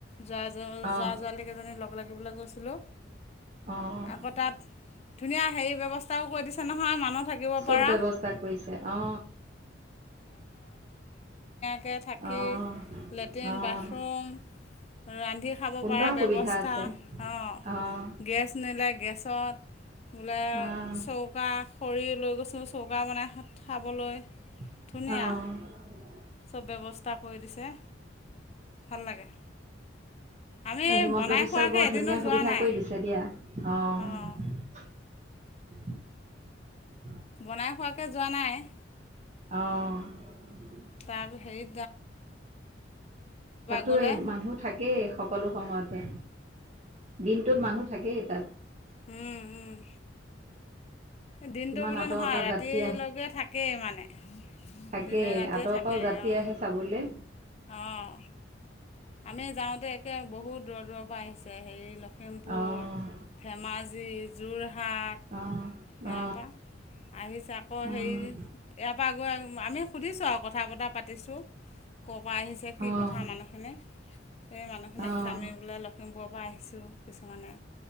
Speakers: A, on the left; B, on the right.
A: জৰা জল
B: অ
A: জৱা জৱলি লগ লাগি লগ পেলাই হেল্ল
B: অ',
A: আকৌ তাত ধুনীয়া হেৰি ব্যৱস্থাও কৰি দিছে নহয় মানুহ থাকিব।
B: চব
A: পৰা
B: ব্যৱস্থা কৰিছে অ।
A: কে থাকি
B: অ',
A: লেট্ৰিন,
B: অ',
A: বাথৰুম ৰান্ধি খাব
B: সুন্দৰ
A: পৰা
B: সুবিধা
A: ব্যৱস্থা,
B: আছে
A: অ
B: অ',
A: গেছ নিলে। গেছত, বোলে
B: অ',
A: চৌকা খৰি লৈ গৈছে। চৌকা বনাই খাবলৈ।
B: আহ।
A: ধুনীয়া চব ব্যৱস্থা কৰি দিছে ভাল লাগে। আমি
B: এ হিমন্ত
A: বনাই
B: বিশ্বই
A: খোৱাকৈ
B: বৰ
A: এদিনো
B: ধুনীয়া
A: যোৱা
B: সুবিধা
A: নাই
B: কৰি দিছে দিয়া অ।
A: অঁ
B: উ।
A: বনাই খোৱাকে যোৱা নাই।
B: আহঁ।
A: তাৰ সেই।
B: তাতো
A: গ'লে
B: এই মানুহ থাকেই সকলো সময়তে। দিনটোত মানুহ থাকেই তাত।
A: উম উম। দিনটো
B: কিমান
A: বুলি
B: আঁতৰৰ
A: নহয়
B: পৰা
A: ৰাতিলৈকে
B: যাত্ৰী
A: থাকেই মানে।
B: থাকে
A: দিনে ৰাতিয়ে
B: আতৰ
A: থাকেই
B: পাও যাতি
A: অঁ
B: আহে চাবলৈ।
A: অঁ আমি যাওঁতে একে বহুত দূৰ দূৰৰ পৰা আহিছে হেৰি। লখিমপুৰ
B: অ',
A: ধেমাজি যোৰহাট।
B: অ',
A: সেয়াৰ
B: অ।
A: পৰা আহিছে আকৌ
B: অ',
A: হেৰি, ইয়াৰ পৰা গৈ আমি সুধিছোঁ আৰু কথা বতৰা পাতিছোঁ। ক'ৰ পৰা আহিছে
B: অ',
A: কি কথা মানুহখনে। সেই মানুহখিনিক
B: অ',
A: কৈছে আমি বোলে লখিমপুৰৰ পৰা আহিছোঁ কিছুমানে।